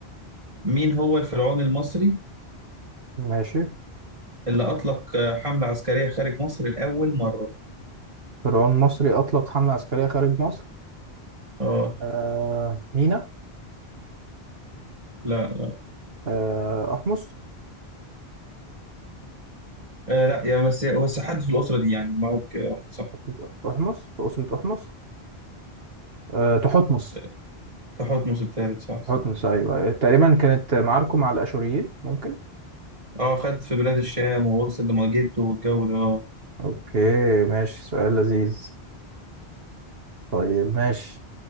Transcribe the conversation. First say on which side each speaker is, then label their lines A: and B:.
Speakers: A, on the right; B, on the right.
A: مين هو الفرعون المصري
B: ماشي
A: اللي اطلق آه، حمله عسكريه خارج مصر لاول مره
B: فرعون مصري أطلق حملة عسكرية خارج مصر
A: اه
B: آه مينا
A: لا لا
B: آه أحمس
A: أه لا يا بس بس حد في الاسره دي يعني معك واحد صح
B: أسرة أحمس أسرة أحمس آه تحتمس
A: آه، تحتمس الثالث صح صح
B: تحتمس أيوه أيوة. تقريبا كانت معاركه مع الأشوريين ممكن
A: اه خد في بلاد الشام ووصل لمجده والجو ده اه
B: أوكي ماشي سؤال لذيذ طيب ماشي